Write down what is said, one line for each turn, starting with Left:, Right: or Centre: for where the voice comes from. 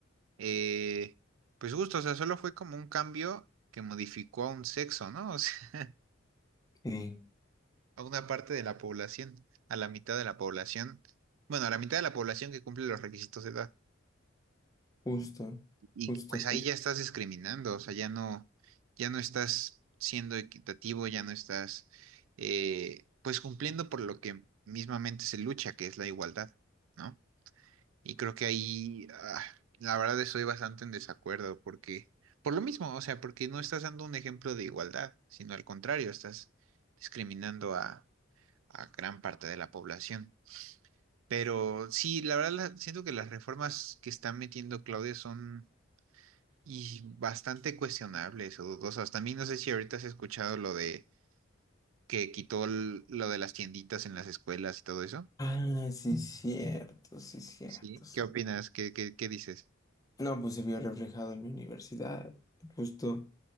Right: Eh, pues justo, o sea, solo fue como un cambio que modificó a un sexo, ¿no? O sea,
Left: Sí,
Right: <laughs> a una parte de la población, a la mitad de la población, bueno, a la mitad de la población que cumple los requisitos de edad.
Left: justo,
Right: Y
Left: justo,
Right: pues ahí
Left: justo.
Right: ya estás discriminando, o sea, ya no, ya no estás siendo equitativo, ya no estás, eh, pues cumpliendo por lo que mismamente se lucha, que es la igualdad, ¿no? Y creo que ahí, ah, la verdad, estoy bastante en desacuerdo porque, por lo mismo, o sea, porque no estás dando un ejemplo de igualdad, sino al contrario, estás discriminando a, a gran parte de la población. Pero sí, la verdad, la- siento que las reformas que está metiendo Claudia son y bastante cuestionables o dudosas. También no sé si ahorita has escuchado lo de que quitó l- lo de las tienditas en las escuelas y todo eso.
Left: Ah, sí, cierto, sí, cierto,
Right: Sí.
Left: sí.
Right: ¿Qué opinas? ¿Qué, qué, qué dices?
Left: No, pues se vio reflejado en mi universidad. Justo